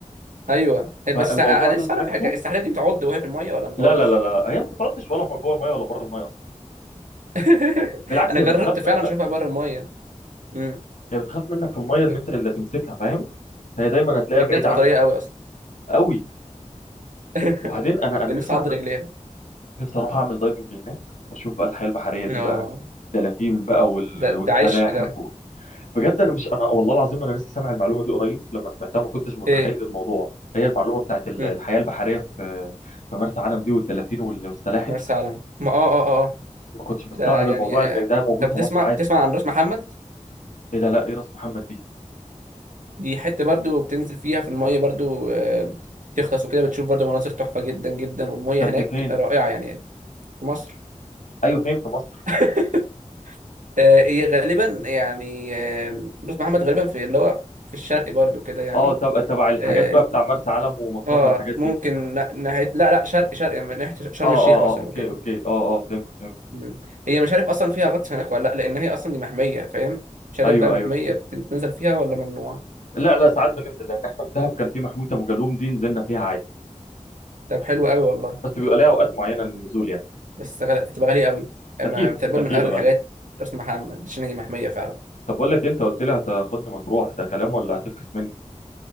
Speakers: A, on the right; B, on the left.
A: ايوه طيب
B: فالموضوع
A: بس انا
B: ده
A: لسه
B: سمعته
A: اعرف حاجه السلحفه دي بتعض وهي في الميه ولا ما بتعضش
B: لا لا لا لا لا. هي ما بتقعدش ولا جوه الميه ولا بره الميه اصلا
A: <laughs>
B: بالعكس
A: انا
B: هي
A: جربت
B: بتخاف
A: فعلا
B: منك
A: اشوفها بره الميه امم
B: هي بتخاف منك في الميه اللي
A: و-
B: انت اللي تمسكها فاهم هي دايما هتلاقيها
A: رجلها
B: بعيد
A: بتبقى
B: عنك
A: طريه قوي اصلا
B: قوي
A: <laughs>
B: وبعدين انا انا
A: بنفسي
B: نفسي
A: اعض
B: اعمل
A: رجليها
B: نفسي اروح اعمل دايفنج هناك واشوف بقى الحياه البحريه
A: اه
B: دي بقى دلافين بقى وال...
A: ده
B: والسلاحف
A: ده عيش ده
B: و... بجد انا مش انا والله العظيم انا لسه سامع المعلومه دي قريب لما سمعتها ما كنتش متخيل
A: ايه
B: الموضوع هي المعلومه بتاعت ال-
A: امم
B: الحياه البحريه في في مرسى علم دي والدلافين وال... والسلاحف
A: مرسى علم ما اه اه اه آه.
B: ما كنتش مستوعب
A: ده يعني
B: الموضوع
A: آه.
B: ان ده موجود
A: طب
B: في
A: بتسمع
B: مصر عادي
A: بتسمع عن راس محمد
B: ايه ده لا ايه راس محمد دي
A: دي حتة برضو بتنزل فيها في المية برضو آه، تغطس وكده بتشوف برضو مناظر تحفة جدا جدا والمية
B: طب
A: هناك
B: دي فين
A: رائعة يعني في مصر
B: ايوه فين في مصر
A: <laughs> آه، هي غالبا يعني آه، بص محمد غالبا في اللي هو في الشرق برضو كده يعني
B: اه طب تبع الحاجات
A: اه
B: بقى بتاع مرسى علم ومطروح
A: آه،
B: والحاجات
A: ممكن
B: دي
A: لا- ناحية لا لا شرق شرق يعني، من ناحية شرم
B: اه اه
A: الشيخ مثلا
B: اه اوكي
A: وكده
B: اوكي اه اه فهمت فهمت
A: مم. هي مش عارف اصلا فيها غطس هناك ولا لا لان هي اصلا دي محمية فاهم مش عارف
B: ايوه
A: بقى محمية
B: ايوه
A: بتنزل فيها ولا ممنوع
B: لا لا ساعات بننزل لان احنا في دهب كان في محمود ابو جالوم دي نزلنا فيها عادي
A: طب حلو قوي والله
B: بس بيبقى ليها اوقات معينه للنزول يعني
A: بس غلا- هتبقى غالية قوي أما
B: اكيد
A: تقريبا
B: اكيد
A: من أغلى
B: غالي
A: الحاجات راس محمد شنو محمية فعلا
B: طب بقول لك إيه، انت قلت لي هتاخدني مطروح ده كلام ولا هتفكس مني